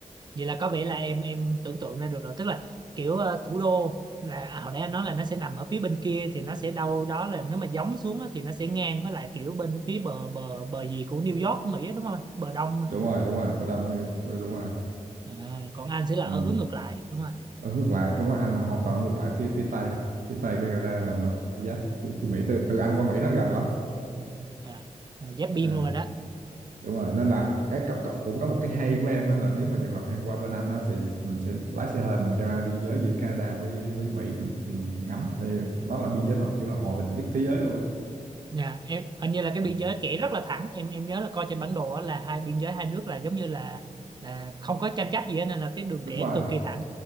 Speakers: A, on the right; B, on the right.
A: vậy là có vẻ là em em tưởng tượng ra được rồi tức là kiểu ờ, thủ đô là à, hồi nãy anh nói là nó sẽ nằm ở phía bên kia thì nó sẽ đâu đó là nếu mà gióng xuống á, thì nó sẽ ngang với lại kiểu bên phía bờ bờ bờ gì của New York của Mỹ á, đúng không bờ đông á.
B: đúng rồi đúng rồi bên đông đi- đúng rồi
A: à, còn anh sẽ là
B: à,
A: ở hướng ngược lại đúng không
B: ở ngược lại đúng rồi Anh là hoàn toàn ngược lại phía phía Tây phía Tây của Canada là nó giáp phía, phía Mỹ từ từ Anh qua Mỹ nó gần lắm
A: Dạ. à, giáp biên
B: À,
A: luôn rồi đó
B: đúng rồi nên là cái cậu- cậu- cũng có một cái hay của em á là nếu mà trường hợp em qua bên Anh á thì mình sẽ lái xe hơi mình ra biên giới giữa Canada với với Mỹ mình, mình ngắm thì đó là biên giới mà kiểu là hòa bình nhất thế giới luôn á
A: Dạ, em hình như là cái
B: Ừ.
A: biên giới kẻ rất là thẳng em em nhớ là coi trên bản đồ á, là hai biên giới hai nước là giống như là là không có tranh chấp gì hết nên là cái đường
B: đúng
A: kẻ
B: rồi
A: cực kỳ thẳng